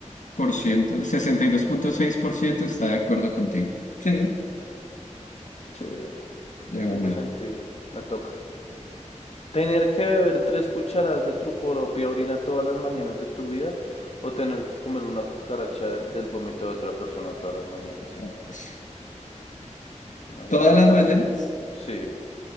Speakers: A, on the left; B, on the left.
A: por ciento, 62.6% está de acuerdo contigo. Sí,
B: Sí,
A: de una.
B: tengo sentido. Me toca. Tener que beber tres cucharadas de tu propia orina todas las mañanas de tu vida o tener que comer una cucaracha del vómito de otra persona todas las mañanas.
A: Ah, pues,
B: No, eso
A: ¿Todas
B: está
A: las
B: fácil.
A: mañanas?
B: Sí.